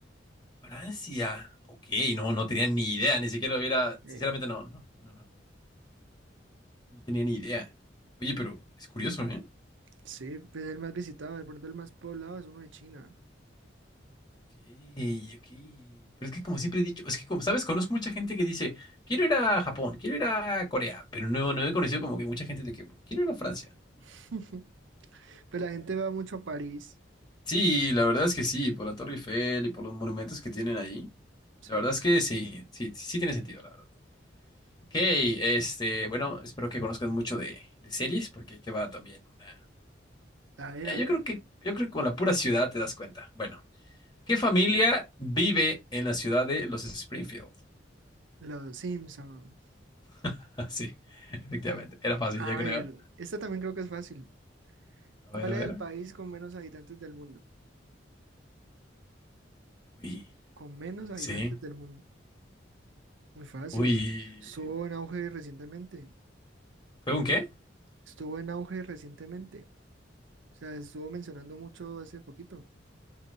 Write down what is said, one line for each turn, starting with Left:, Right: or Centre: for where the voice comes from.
Left: Francia. Ok, no, no tenía ni idea, ni siquiera lo hubiera,
Right: Eh,
Left: sinceramente no, no, no, no. No tenía ni idea. Oye, pero es curioso, ¿eh?
Right: Sí, pues el más visitado, de pronto el más poblado es uno de China.
Left: Ok, ok. Pero es que como siempre he dicho, es que como sabes, conozco mucha gente que dice, quiero ir a Japón, quiero ir a Corea, pero no, no he conocido como que mucha gente de que quiero ir a Francia.
Right: <laughs> Pues la gente va mucho a París.
Left: Sí, la verdad es que sí, por la Torre Eiffel y por los monumentos que tienen ahí.
Right: Sí.
Left: La verdad es que sí, sí, sí tiene sentido, la verdad. Ok, este, bueno, espero que conozcas mucho de, de series, porque ahí te va también una.
Right: A ver,
Left: eh,
Right: a
Left: yo
Right: ver.
Left: creo que, yo creo que con la pura ciudad te das cuenta. Bueno. ¿Qué familia vive en la ciudad de los Springfield?
Right: Los Simpson.
Left: <laughs> Sí, efectivamente. Era fácil,
Right: A
Left: ya creo.
Right: ver, esta también creo que es fácil.
Left: A
Right: ¿Cuál
Left: ver, a
Right: es
Left: ver.
Right: el país con menos habitantes del mundo?
Left: Uy,
Right: Con menos habitantes
Left: sí.
Right: del mundo. Muy fácil.
Left: Uy.
Right: Estuvo en auge recientemente.
Left: ¿Fue un qué?
Right: Estuvo en auge recientemente. O sea, estuvo mencionando mucho hace poquito.